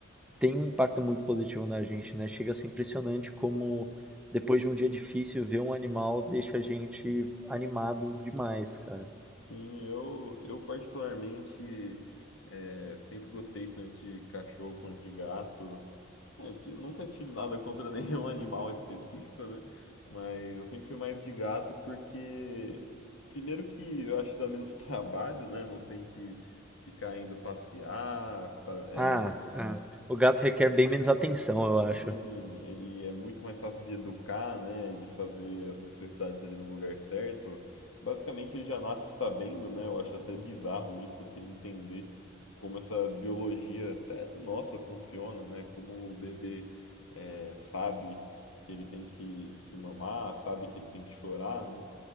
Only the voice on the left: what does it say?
Sim, eu, eu particularmente é, sempre gostei tanto de cachorro quanto de gato. É, eu nunca tive nada contra <laughs> nenhum animal específico, né? Mas eu sempre fui mais de gato porque, primeiro que eu acho que dá menos <laughs> trabalho, né? Não tem que ficar indo passear, fa- é,
Sim,
ele é muito mais fácil de educar, né, de fazer as necessidades ali no lugar certo. Basicamente ele já nasce sabendo, né? Eu acho até bizarro isso, eu queria entender como essa biologia até nossa funciona, né? Como o bebê é, sabe que ele tem que, que mamar, sabe que ele tem que chorar, né?